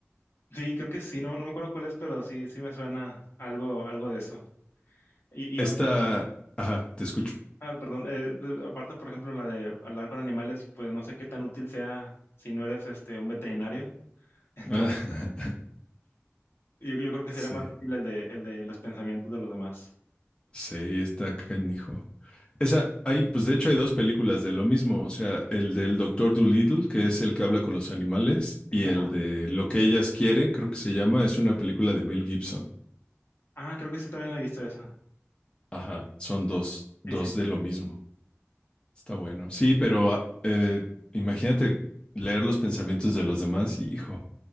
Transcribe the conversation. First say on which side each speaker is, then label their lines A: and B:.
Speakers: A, on the left; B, on the left.
A: Sí, creo que sí, no, no me acuerdo cuál es, pero sí, sí me suena algo, algo de eso. Y, y
B: Esta,
A: aparte,
B: ajá, te escucho.
A: perdón, eh, de- aparte, por ejemplo, la de hablar con animales, pues no sé qué tan útil sea si no eres este un veterinario. <laughs> Entonces,
B: Ah, <laughs>
A: yo, yo creo que
B: sí,
A: sería más útil el de, el de los pensamientos de los demás.
B: sí, está canijo. Esa, hay, pues de hecho hay dos películas de lo mismo, o sea, el del Doctor Dolittle, que es el que habla con los animales,
A: Sí,
B: y
A: sí,
B: el
A: la-
B: de Lo que ellas quieren, creo que se llama, es una película de Mel Gibson.
A: ah, creo que sí también la he visto esa.
B: Ajá, son dos, dos
A: Sí, sí.
B: de lo mismo. Está bueno. Sí, pero ah, eh, imagínate leer los pensamientos de los demás y, hijo,